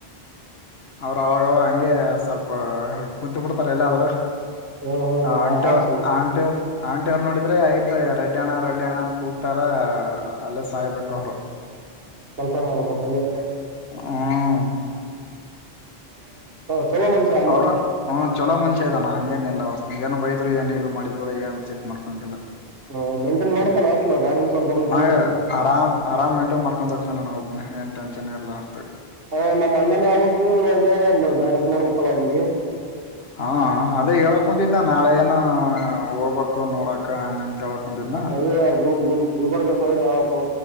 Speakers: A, on the left (about 75°); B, on the right (about 65°).
A: ಅವರು ಅವಗವಾಗ ಅಂಗೆ ಸ್ವಲ್ಪ ಕುಂತ ಬಿಡ್ತಾರ ಹೆಲ್ಲಾದ್ರೂ
B: ಹ್ಞೂ ಹ್ಞೂ
A: ಆಂಟ
B: ಆದ್ ಸ್ವಲ್ಪ
A: ಆಂಟೆವರು ಆಂಟಿವರು ನೋಡಿದ್ರೆ ಆಯ್ತ ಯಾರಡ್ ರಡ್ಡ್ಯಣ್ಣ ರೆಡ್ಡಿಯಣ ಅಂತ ಕೂಗ್ತಾರ ಅಲ್ಲೇ ಸಾಯ್ಬೇಕ ಅವರು
B: ಕೆಲ್ಸ ಮಾಡ್ಬೇಕಲ್ಲಿ
A: ಹ್ಮ್
B: <inaudible> ಚಲೋ ಮನುಷ್ಯ ಅಂದ್ರ
A: ಅವರು ಹ್ಞೂ ಚಲೋ ಮನುಷ್ಯ ಇದದಾನಾ ಹಂಗೇನಿಲ್ಲ ಏನು ಬೈದ್ರು ಏನ್ ಇದು ಮಾಡಿದ್ರು ಏನ್ ಸಿಟ್ ಮಾಡ್ಕೊಂಗಗೆಲ್ಲ
B: ಹ ಮೈಂಟೈನ್ ಮಾಡ್ತಾನ ಹಾಸ್ಟೆಲ್ ವಾರ್ಡನ್ ಸರ್ ಬರ್ಲಿಕ್ಕಂದ್ರೂ
A: ಆ ಆರಾಮ್ ಆರಾಮ್ ಮೇಂಟೈನ್ ಮಾಡ್ಕೊಂಡ ತ್ಕ್ಷಣ ನಾನ ಒಬ್ಬ ಏನ್ ಟೆನ್ಷನ್ ಇರಲ್ಲಾಂತ
B: ಹ ನಮ್ಮ್ ಅಣ್ಣನ ಆಗ್ಬೆಕ್ ಇವಾಗ ಮ್ಯಾರೇಜ್ ಮಾಡ್ಬೇಕಲ್ಲ ಅವನಿಗಿ
A: ಹಾ ಅದೇ ಹೇಳಕ್ ಕುಂತಿದ್ನ ನಾಳೆ ಏನ ಹೋಗ್ಬಕ ನೋಡಕ ಹಂಗಂತ ಹೇಳಕ್ ಕುಂತಿದ್ನ
B: ಅದ ಗುರು ಗುರು ಗುಲ್ಬರ್ಗ ಸೈಡ್ ಯಾವದ